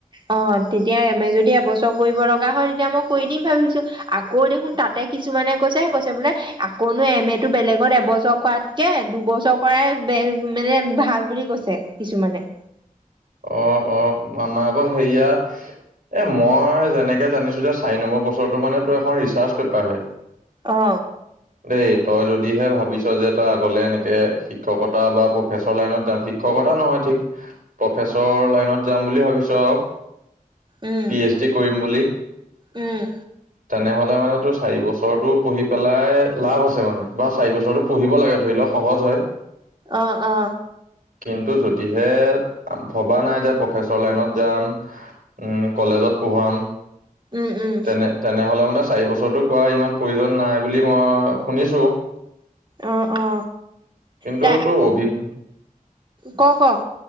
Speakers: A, on the right (about 30°); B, on the right (about 70°).
A: অ তেতিয়া এম এ যদি এবছৰ কৰিব লগা হয় তেতিয়া মই কৰি দিম ভাবিছো আকৌ দেখোন তাতে কিছুমানে কৈছেহে কৈছে বোলে আকৌনো এম এটো বেলেগত এবছৰ কৰাতকে দুবছৰ কৰাই মানে ভাল বুলি কৈছে কিছুমানে।
B: অ অ আমাক আকৌ হেয়া এ মই যেনেকে জানিছো যে চাৰি নম্বৰ বছৰৰতো মানে তোৰ এখন ৰিচাৰ্চ পেপাৰ আহে।
A: অ
B: দেই তই যদিহে ভাবিছ যে। তই আগলে এনেকে শিক্ষকতা বা প্ৰফেচৰ লাইনত যাৱ শিক্ষকতা নহয় ঠিক প্ৰফেচৰ লাইনত যাম বুলি ভাবিছ আৰু
A: উম
B: পি এইচ ডি কৰিম বুলি
A: উম।
B: তেনেহলে মানে তোৰ চাৰি বছৰৰতো পঢ়ি পেলাই লাভ আছে মানে বা চাৰি বছৰতৰতো পঢ়িব লাগে ধৰি লওঁক সহজ হয়।
A: অ অ
B: কিন্তু যদিহে ভবা নাই যে প্ৰফেচৰ লাইনত যাম, উ কলেজত পঢ়ুৱাম
A: উম উম
B: তেনে তেনেহ'লে মানে চাৰি বছৰৰতো কৰা ইমান প্ৰয়োজন নাই বুলি মই শুনিছো
A: অ অ
B: ।কিন্তু
A: ত
B: তো অভিজ্ঞ
A: ক ক